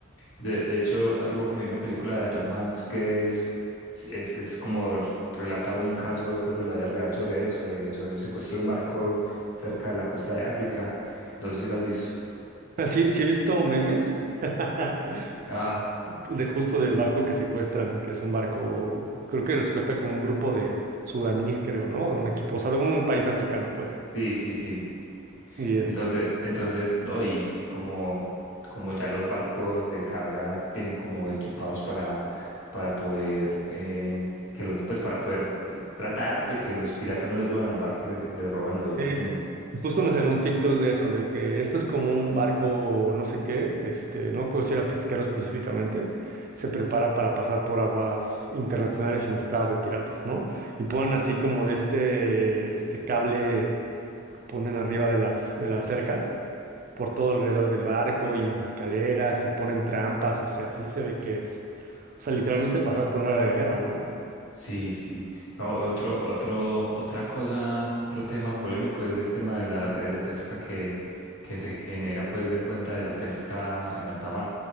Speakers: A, on the left; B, on the right.
A: De, de hecho, hace poco me vi una película de Tom Hanks que es, sí, es, es como relata un caso pues, de la vida real sobre, sobre, sobre el secuestro de un barco cerca de la costa de África. No sé si la has visto.
B: Así, sí sí he visto memes <laughs>
A: Ah,
B: de justo del barco que secuestran, que es un barco, creo que les cuesta como un grupo de sudanís, creo, ¿no? De un equipo, o sea, de un país africano, pues.
A: sí, sí, sí.
B: Y este,
A: Entonces, entonces, no, y, y como, como ya los barcos de carga vienen como equipados para, para poder eh, que los, pues para poder eh, tratar de que los piratas no se suban al barco y les, y les roben o los
B: sí,
A: maten.
B: justo me salió un TikTok de eso, de que esto es como un barco, no sé qué, este, no creo si era pesquero específicamente, se prepara para pasar por aguas internacionales infestadas de piratas, ¿no? Y ponen así como de este, este cable. ponen arriba de las, de las cercas, por todo alrededor del barco y en las escaleras y ponen trampas, o sea, sí se ve que es, o sea, literalmente
A: S-
B: pasar por una área de guerra, ¿no?
A: Sí, sí. No, otro, otro, otra cosa, otro tema polémico es el tema de la red de pesca que, que se genera pues de cuenta de la pesca en alta mar.